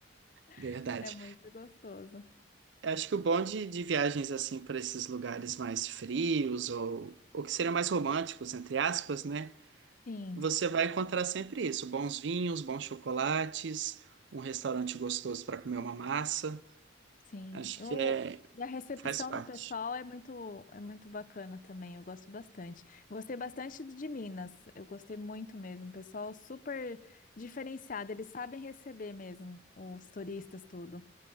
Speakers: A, on the right (about 65°); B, on the left (about 40°).
A: verdade.
B: <laughs> é muito gostoso.
A: Acho que o bom de, de viagens, assim, para esses lugares mais frios ou, ou que seriam mais românticos, entre aspas, né?
B: Sim.
A: Você vai encontrar sempre isso: bons vinhos, bons chocolates, um restaurante gostoso para comer uma massa.
B: Sim.
A: Acho
B: Eu,
A: que é,
B: e a recepção
A: faz parte.
B: do pessoal é muito, é muito bacana também. Eu gosto bastante. Gostei bastante de Minas. Eu gostei muito mesmo. Pessoal super diferenciado. Eles sabem receber mesmo os turistas, tudo.